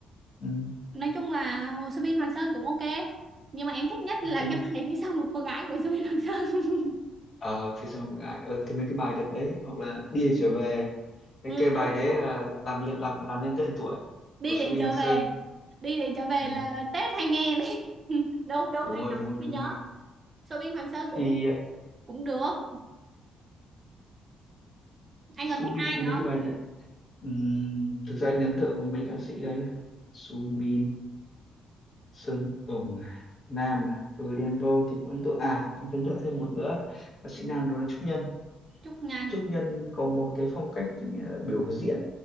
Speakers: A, on the left; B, on the right.
A: ừ
B: nói chung là Hồ Sơ Bin Hoàng Sơn cũng ok nhưng mà em thích nhất là
A: ok
B: cái bài phía sau một cô gái của Sơ Bin Hoàng Sơn <laughs>
A: ờ phía sau của gái ờ thì mấy cái bài đợt đấy hoặc là đi Để trở về cái
B: ừ,
A: cái bài
B: đúng
A: đấy
B: đúng
A: là làm lên làm làm lên tên tuổi
B: đi
A: của Subin
B: để trở
A: Hoàng Sơn
B: về đi để trở về
A: ừ,
B: là Tết hay nghe đi <laughs> đúng đúng
A: đúng
B: anh
A: rồi
B: đọc
A: đúng
B: em
A: rồi
B: mới
A: đúng
B: nhớ
A: rồi
B: Sơ Bin Hoàng Sơn cũng
A: thì
B: cũng được anh
A: Subin
B: còn thích ai
A: có
B: nữa
A: mấy
B: không
A: cái bài đấy Ừm, thực ra anh ấn tượng với mấy ca sĩ đấy Subin Sơn Tùng Nam ừ Đen Vâu thì cũng ấn tượng à em ấn tượng thêm một nữa ca sĩ nam đó là Trúc Nhân
B: Trúc Nhân
A: Trúc Nhân có một cái phong cách ờ, biểu diễn